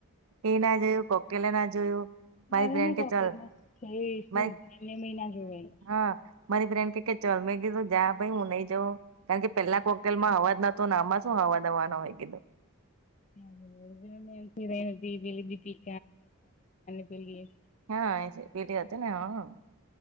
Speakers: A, on the right; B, on the left.
A: એ ના જોયું, કોકેલા ના જોયું. ભાઈ
B: મારે
A: બેન
B: ને
A: કે
B: કોકટેલ
A: ચલ
B: માં છે શું
A: ભાઈ,
B: એમને મહિના જોવાય.
A: હા. મારી ફ્રેન કે કે ચાલ મે કીધું જ ભાઈ હું નહી જાઉં કારણ કે પેલા કોકટેલમાં અવાજ નતો ના આમાં શું અવાજ આવવાનો હોય કીધો.
B: <unintelligible> ખાલી પીલી.
A: હાએ છે, પેલી હતી ને હા